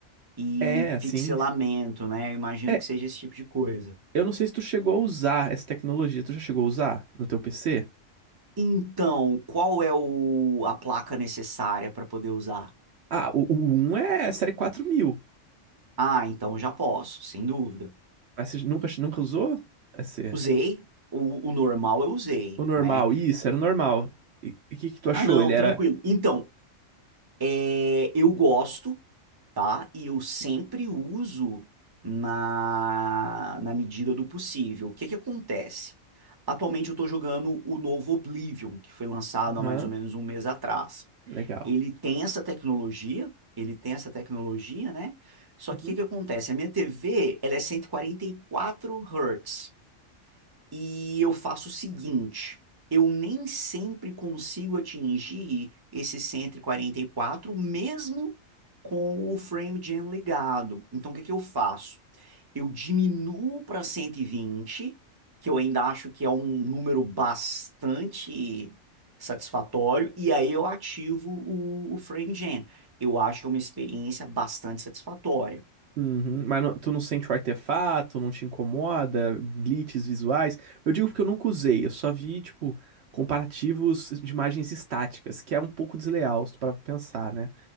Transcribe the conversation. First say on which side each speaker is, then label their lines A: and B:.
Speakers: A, on the right; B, on the right.
A: e
B: É, assim,
A: pixelamento, né? Eu imagino
B: é,
A: que seja esse tipo de coisa.
B: eu não sei se tu chegou a usar essa tecnologia, tu já chegou a usar no teu PC?
A: Então, qual é o, a placa necessária para poder usar?
B: Ah, o, o 1 é série 4000.
A: Ah, então já posso, sem dúvida.
B: mas você nunca, nunca usou? Esse,
A: Usei, o, o normal eu usei,
B: o normal,
A: né?
B: isso, era o normal. E o que que tu achou?
A: Ah, não,
B: Ele era...
A: tranquilo. Então, é, eu gosto, tá? E eu sempre uso na, na medida do possível. O que que acontece? Atualmente eu tô jogando o novo Oblivion, que foi lançado
B: Aham,
A: há mais ou menos um mês atrás.
B: legal.
A: ele tem essa tecnologia, ele tem essa tecnologia, né? Só
B: Uhum.
A: que o que, que acontece? A minha TV, ela é cento e e quarenta e quatro hertz. E eu faço o seguinte, eu nem sempre consigo atingir esse cento e e quarenta e quatro, mesmo com o frame gen ligado. Então, o que que eu faço? Eu diminuo para 120, que eu ainda acho que é um número bastante satisfatório, e aí eu ativo o, o frame gen. Eu acho que é uma experiência bastante satisfatória.
B: Uhum, Mas não- tu não sente o artefato, não te incomoda, glitches visuais? Eu digo porque eu nunca usei, eu só vi, tipo, comparativos de imagens estáticas, que é um pouco desleal, se tu parar pra pensar, né?